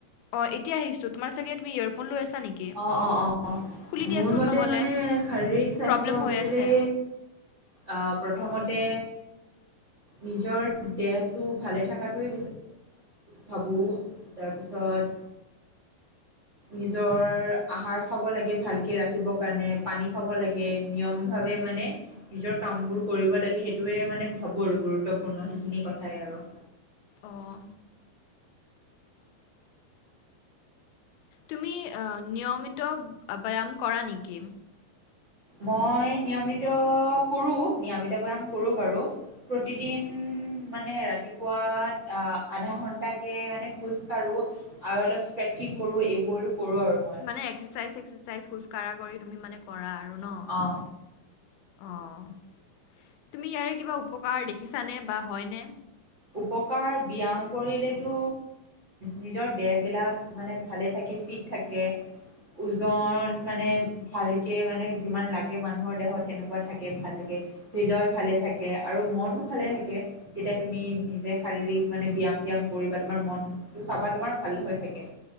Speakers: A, on the left; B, on the right.
A: অঁ, এতিয়া আহিছো তোমাৰচাগে তুমি ইয়াৰফোন লৈ আছা নেকি?
B: অ', অ', অ',
A: খুলি
B: মোৰ
A: দিয়াচোন
B: মতে
A: নহ'লে
B: মানে শাৰীৰিক স্বাস্থ্য
A: প্ৰব্লেম হৈ
B: বুলিলে
A: আছে
B: অহ', প্ৰথমতে
A: অঁ
B: নিজৰ দেহটো ভালে থকাতোৱে ভাবো। তাৰপিছত নিজৰ আহাৰ খাব লাগে ভালকে ৰাখিবৰ কাৰণে পানী খাব লাগে নিয়ম ভাৱে মানে নিজৰ কামবোৰ কৰিব লাগে সেইটোৱে মানে ভাবো আৰু গুৰুত্বপূৰ্ণ সেইখিনি কথাই আৰু।
A: অঁ। তুমি নিয়মিত ব্যায়াম কৰা নেকি?
B: মই নিয়মিত কৰো নিয়মিত ব্যায়াম কৰো বাৰু। প্ৰতিদিন মানে ৰাতিপুৱা অ আধা ঘণ্টাকে মানে খোজ কাঢ়ো। আৰু অলপ স্ক্ৰেচিং কৰো এইবোৰ কৰো আৰু এইবোৰ কৰোঁ মই আৰু।
A: মানে এক্সেচাইজ চেক্সেচাইজ খোজ কঢ়া কৰি তুমি মানে কৰা আৰু ন।
B: অঁ
A: অঁ', তুমি ইয়াৰে কিবা উপকাৰ দেখিছানে বা হয়নে?
B: উপকাৰ ব্যায়াম কৰিলেতো নিজৰ দেহবিলাক মানে ভালে থাকে ফিট থাকে ওজন মানে ভালকে মানে যিমান লাগে মানুহৰ দেহত সেনেকুৱা থাকে ভাল থাকে। হৃদয় ভালে থাকে আৰু মনো ভালে থাকে যেতিয়া তুমি নিজে শাৰীৰিক মানে ব্যায়াম চিয়াম কৰি বা তোমাৰ মনটো চাবা তোমাৰ ভাল হৈ থাকে।